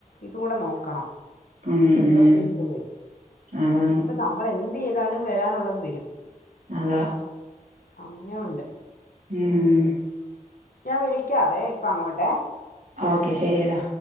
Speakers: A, on the left; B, on the right.
A: ഇതുകൂടെ നോക്കണം
B: ഉം
A: എന്തോ
B: ഉം
A: ചെയ്യുമ്പഴേ
B: അതാണ്
A: ഇപ്പൊ നമ്മളെന്തൈയ്താലും വെരാനുള്ളത് വെരും
B: അലോ
A: അങ്ങനെയൊണ്ട്
B: ഉം
A: ഞാൻ വിളിക്കാവേ ഇപ്പ അങ്ങോട്ടെ
B: ഓക്കെ ശരിയെടാ